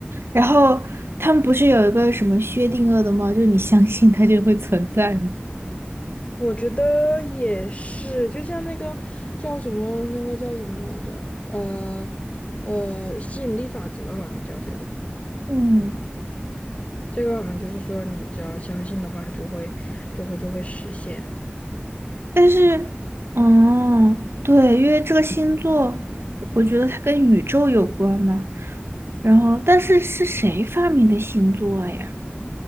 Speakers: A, on the right (about 75°); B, on the left (about 35°).
A: 然后他们不是有一个什么薛定谔的猫，就是你相信它就会存在吗？
B: 我觉得也是，就像那个叫什么，那个叫什么来着？呃呃，吸引力法则好像叫这个，
A: 嗯，
B: 这个好像就是说，你只要相信的话，它就会就会就会实现。
A: 但是，哦，对，因为这个星座，我觉得它跟宇宙有关嘛。然后，但是是谁发明的星座呀？